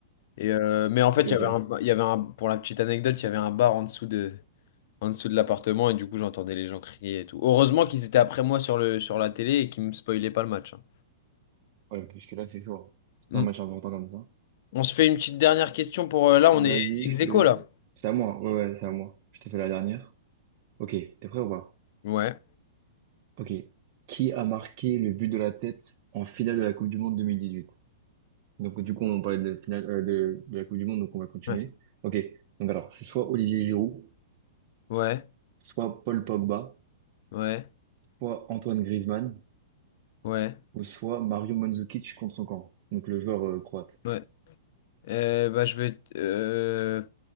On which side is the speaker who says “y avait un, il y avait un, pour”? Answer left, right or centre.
Left